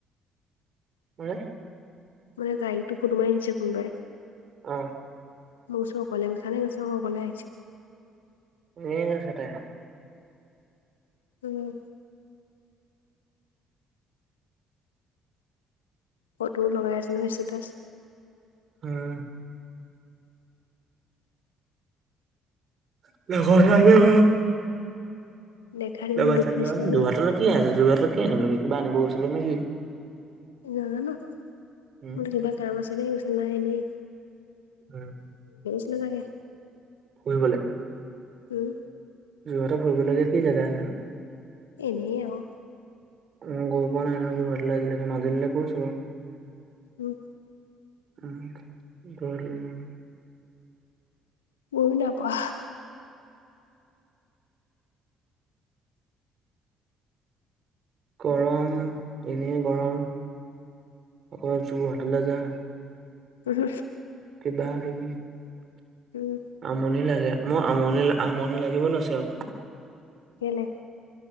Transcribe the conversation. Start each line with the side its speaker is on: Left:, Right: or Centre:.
Right: কোনে?
Left: মানে তাইকটো ফটো মাৰি দিছে কোনবাই
Right: অ'।
Left: মই কৈছোঁ অকলে গৈছা নে, কৈছে অ', অকলে আহিছোঁ।
Right: এনেই কৈছে তাই।
Left: উম। ফটো লগাই আছে নহয়, ষ্টেটাছ।
Right: হম। <unintelligible> লগৰ ছোৱালীৰ
Left: দেখাত ইমান
Right: লগত,
Left: দুখ নিচিনা যে
Right: যোৰহাটত নো কি আছে, যোৰহাটৰ কি আনিব আছে, কিবা আনিব গৈছিলে নে কি?
Left: নাজানোঁ,
Right: উম,
Left: মানে কিবা কাম আছে নে কি, কৈছে নাই এনেই
Right: উম।
Left: নালাগে।
Right: ফুৰিবলে।
Left: উম।
Right: যোৰহাটৰ ফুৰিবলগীয়া কি জাগা নো?
Left: এনেই আৰু
Right: মই গৈ পোৱা নাই নহয়, কিবা লাগিলে মাজুলীলৈ গৈছোঁ বাৰু
Left: উম।
Right: উম, যোৰহাটলৈ।
Left: ময়ো নাই পঢ়া।
Right: গৰম, এনেই গৰম, অকল যোৰহাটলৈ যায়
Left: উম।
Right: কিব কিবি,
Left: উম
Right: আমনি লাগে। মই আমনি, ‌আমনি লাগিব লৈছে আৰু।
Left: কেলে?